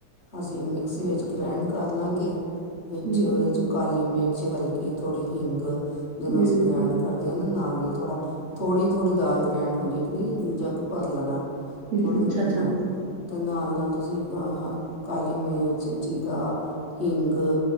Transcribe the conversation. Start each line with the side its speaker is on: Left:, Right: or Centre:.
Left: ਅਸੀਂ ਮਿਕਸੀ ਵਿੱਚ ਗ੍ਰੈਂਡ ਕਰ ਲਾਂਗੇ, ਵਿੱਚ
Right: ਹੂੰ,
Left: 'ਚ ਕਾਲੀ ਮਿਰਚ ਹਲਕੀ ਥੋੜ੍ਹੀ ਹਿੰਗ ਜਦੋਂ
Right: ਹੂੰ,
Left: ਅਸੀਂ ਗ੍ਰੈਂਡ ਕਰਦੇ ਆ ਨਾ ਨਾਲ, ਨਾਲ ਥੋੜ੍ਹਾ ਥੋੜ੍ਹੀ, ਥੋੜ੍ਹੀ ਦਾਲ ਗ੍ਰੈਂਡ ਹੋਣੀ ਇੱਕ ਨਾ ਜੀ ਮੂੰਹ ਜੱਗ ਭਰ ਲੈਣਾ।
Right: ਹੂੰ,
Left: ਥੋੜੇ ਥੋੜੇ
Right: ਅੱਛਾ-ਅੱਛਾ,
Left: ਗਰੈਂਡ ਤੇ ਨਾਲ, ਨਾਲ ਤੁਸੀਂ ਕਾਲੀ ਮਿਰਚ ਜੀਰਾ ਹਿੰਗ